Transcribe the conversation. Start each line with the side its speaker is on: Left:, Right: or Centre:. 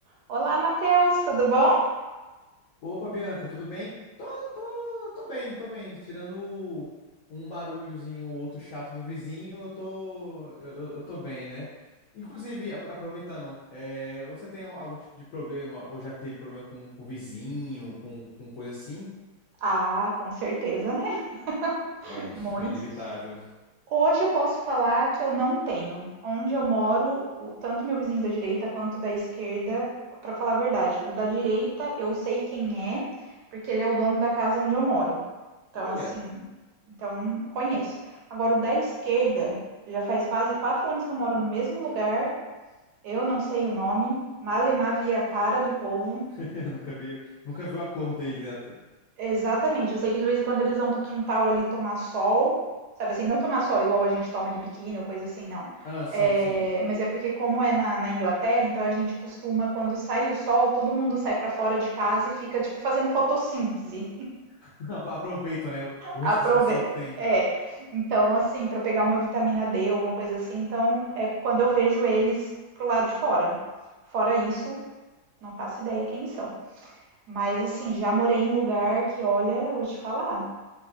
Right: Olá, Matheus, tudo bom?
Left: Opa, Bianca, tudo bem? Tô, tô, tô bem, tô bem. Tirando um barulhozinho, o outro chato do vizinho, eu tô, eu, eu- eu tô bem, né? Inclusive, apro- aproveitando, é, você tem algum tipo de problema, ou já teve problema com, com vizinho, com, com coisa assim?
Right: Ah, com certeza, né? <laughs>
Left: É,
Right: Muitos.
Left: inevitável.
Right: Hoje eu posso falar que eu não tenho. Onde eu moro, o- tanto meu vizinho da direita quanto da esquerda, para falar a verdade, o da direita eu sei quem é, porque ele é o dono da casa onde eu moro. Então,
Left: Olha,
Right: assim, então conheço. Agora, o da esquerda, já faz quase quatro anos que eu moro no mesmo lugar, eu não sei o nome, malemar via a cara do povo.
Left: <laughs> eu nunca vi, nunca vi a cor deles, né?
Right: Exatamente. Eu sei que de vez em quando eles vão pro quintal ali tomar sol, sabe assim, não tomar sol igual a gente toma de biquíni ou coisa assim, não.
Left: Ah, sim,
Right: É,
Left: sim.
Right: mas é porque como é na, na Inglaterra, então a gente costuma, quando sai o sol, todo mundo sai pra fora de casa e fica, tipo, fazendo fotossíntese.
Left: <laughs> Aproveito, né? O, o resquício
Right: Aproveita.
Left: de sol que tem.
Right: É, então assim, pra pegar uma vitamina D, alguma coisa assim, então é quando eu vejo eles pro lado de fora. Fora isso, não faço ideia quem são. Mas assim, já morei em lugar que, olha, eu vou te falar,